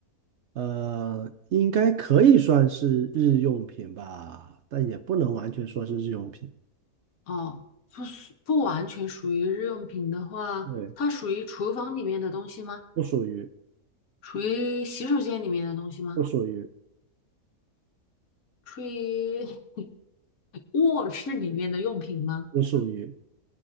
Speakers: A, on the right (about 65°); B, on the left (about 65°).
A: 呃，应该可以算是日用品吧，但也不能完全说是日用品。
B: 哦，不属不完全属于日用品的话，
A: 对，
B: 它属于厨房里面的东西吗？
A: 不属于，
B: 属于洗手间里面的东西吗？
A: 不属于，
B: 属于 <laughs> 卧室里面的用品吗？
A: 不属于，